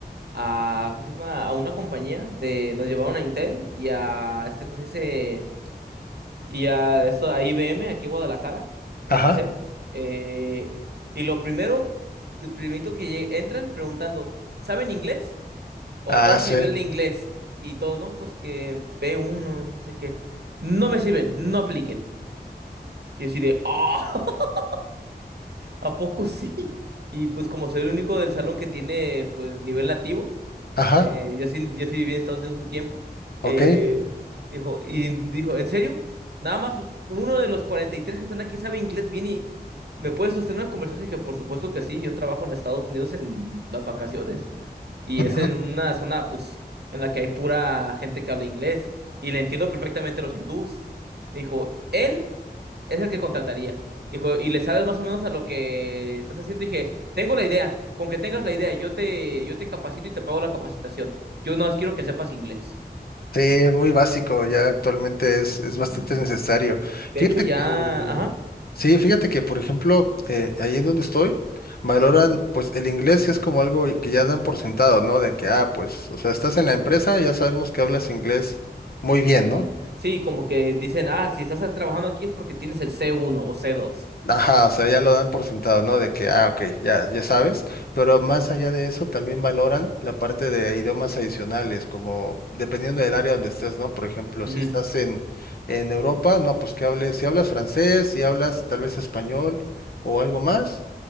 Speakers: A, on the right; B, on the left.
A: a, ¿cómo se llama? A una compañía de, nos llevaron a Intel y a este, ¿cómo se dice? Y a esto, a IBM aquí en Guadalajara, a
B: Ajá.
A: un paseo. Eh, y lo primero, lo primerito que lle- entran preguntando, ¿saben inglés? o
B: Ah,
A: cuál es
B: sí.
A: su nivel de inglés. Y todos, no, pues que B1 y dice que no me sirven, no apliquen. Y así de, ah, <laughs> ¿a poco sí? Y pues como soy el único del salón que tiene pues nivel nativo,
B: Ajá.
A: eh, yo sí, yo sí viví en Estados Unidos un tiempo.
B: Ok.
A: Eh, dijo, y dijo, ¿en serio? Nada más uno de los 43 que están aquí sabe inglés bien y me puede sostener una conversación. Y dije, por supuesto que sí, yo trabajo en Estados Unidos en las vacaciones y
B: Ujú.
A: es en una zona, pues, en la que hay pura gente que habla inglés y le entiendo perfectamente a los hindús. Me dijo, él es el que contrataría. Dijo, y le sabes más o menos a lo que estás haciendo. Dije, tengo la idea, con que tengas la idea, yo te, yo te capacito y te pago la capacitación. Yo nada más quiero que sepas inglés.
B: Sí, es muy básico, ya actualmente es, es
A: Sí.
B: bastante necesario.
A: De
B: Fíjate
A: hecho, ya,
B: que,
A: ajá.
B: sí, fíjate que, por ejemplo, eh, ahí en donde estoy, valoran,
A: ujú.
B: pues el inglés es como algo que ya dan por sentado, ¿no? De que, ah, pues, o sea, estás en la empresa, ya sabemos que hablas inglés muy bien,
A: Y
B: ¿no?
A: sí, como que dicen, ah, si estás trabajando aquí es porque tienes el c uno o c dos
B: Ajá, o sea, ya lo dan por sentado, ¿no? De que, ah, ok, ya, ya sabes, pero más allá de eso también valoran la parte de idiomas adicionales, como dependiendo del área donde estés, ¿no? Por ejemplo,
A: Ujú,
B: si estás en, en Europa, no, pues que hables, si hablas francés, si hablas tal vez español o algo más,